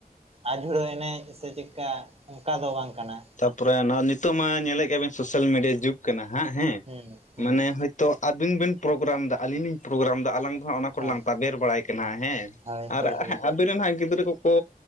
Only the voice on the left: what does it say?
ᱛᱯᱚᱨᱮ ᱚᱱᱟ ᱱᱤᱛᱚᱜ ᱢᱟ ᱧᱮᱞᱮᱫ ᱜᱮᱭᱟᱵᱮᱱ ᱥᱳᱥᱟᱞ ᱢᱤᱰᱤᱭᱟ ᱡᱩᱜᱽ ᱠᱟᱱᱟ ᱦᱟᱸᱜ ᱦᱮᱸ
ᱢᱟᱱᱮ ᱛᱚ ᱟᱵᱤᱱ ᱵᱮᱱ ᱯᱨᱳᱜᱨᱟᱢ ᱮᱫᱟ ᱟᱞᱤᱧ ᱞᱤᱧ ᱯᱨᱳᱜᱨᱟᱢ ᱮᱫᱟ ᱟᱞᱟᱝ ᱫᱚ ᱚᱱᱟ ᱠᱚᱨᱮᱞᱟᱝ
ᱛᱟᱵᱮᱨ ᱵᱟᱲᱟᱭ ᱠᱟᱱᱟ ᱦᱮᱸ
ᱟᱨ
ᱟᱵᱮᱱ ᱨᱮᱱ ᱦᱟᱸᱜ ᱜᱤᱫᱽᱨᱟᱹ ᱠᱚᱠᱚ